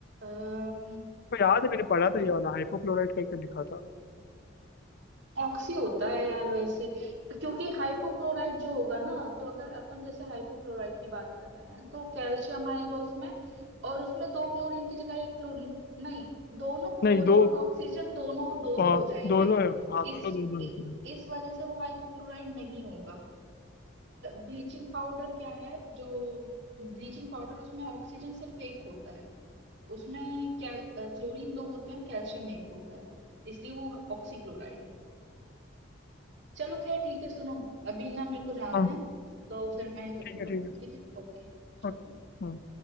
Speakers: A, on the right; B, on the left.
A: अः
B: को याद है मैंने पढ़ा था ये वाला हाइपोक्लोराइड करके लिखा था
A: ऑक्सी होता है यार वैसे क्योंकि हाइपोक्लोराइट जो होगा ना तो अगर अपन जैसे हाइपोक्लोराइट की बात कर रहे हैं तो कैल्शियम आएगा उसमें और उसमें दो क्लोरीन की जगह एक क्लोरीन नहीं दोनों क्लोरीन
B: नहीं दो
A: और ऑक्सीजन दोनों दो दो
B: आ,
A: हो जाएंगे
B: दोनों है हाँ
A: इस
B: दोनों दो दो
A: इ,
B: है
A: इस वजह से वो हाइपोक्लोराइट नहीं होगा ब्लीचिंग पाउडर क्या है जो ब्लीचिंग पाउडर उसमें ऑक्सीजन सिर्फ एक होता है उसमें क्या क्लोरीन दो होते हैं कैल्शियम एक होता है इसलिए वो ऑक्सीक्लोराइड है चलो खैर ठीक है सुनो अभी ना मेरे को जाना
B: हाँ
A: है तो फिर मैं करती
B: ठीक
A: हूँ
B: है
A: बाद
B: ठीक
A: में
B: है
A: ठीक है ओके चलो
B: ओके
A: bye।
B: हाँ।